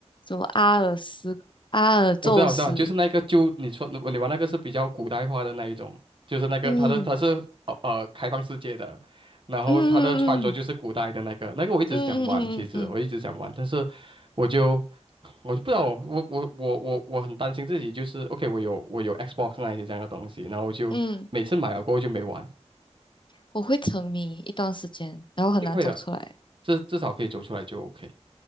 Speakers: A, on the left; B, on the right.
A: 什么阿尔斯阿尔宙斯，
B: 我知道，我知道，就是那个，就你说你玩那个是比较古代化的那一种，就是那个它的它是呃呃开放世界的，
A: 嗯
B: 然后它的穿着就是古代的那个，
A: 嗯嗯
B: 那个我一直想玩，
A: 嗯嗯嗯嗯嗯嗯嗯。
B: 其实我一直想玩，但是我就我就不知道，我我我我我很担心自己，就是 OK，我有我有 Xbox 那一些这样的东西，然后我就每次买了过后就没玩，
A: 嗯我会沉迷一段时间，然后很难走出来。
B: 一定会的，至至少可以走出来就 OK，